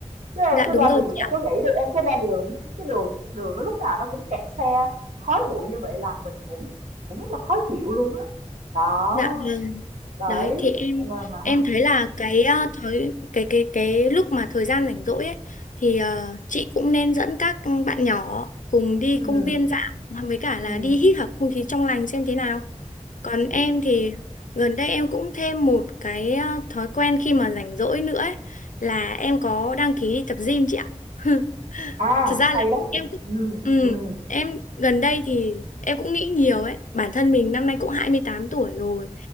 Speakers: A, on the right; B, on the left.
A: Chứ em
B: Dạ
A: cứ
B: đúng
A: ra đường
B: rồi chị
A: em
B: ạ.
A: có nghĩ đi, em cứ ra đường <laughs> cái đường đường nó lúc nào nó cũng kẹt xe, khói bụi như vậy là mình cũng cũng rất là khó chịu luôn á. Đó,
B: Dạ vâng.
A: đấy,
B: Đấy thì em
A: là là
B: em thấy là cái ờ, thời cái cái cái lúc mà thời gian rảnh rỗi ấy thì ờ, chị cũng nên dẫn các bạn nhỏ cùng đi
A: ừm,
B: công viên dạo với cả là
A: ừm,
B: đi hít thở không khí trong lành xem thế nào. Còn
A: ừm.
B: em thì gần đây em cũng thêm một cái à, thói quen khi mà rảnh rỗi nữa ấy, là em có đăng ký đi tập gym chị ạ. <laughs>
A: À,
B: Thật ra
A: hay
B: là
A: đó.
B: em cũng
A: Ừm,
B: ừ,
A: ừm,
B: em gần đây thì em cũng nghĩ nhiều ấy, bản thân mình năm nay cũng 28 tuổi rồi.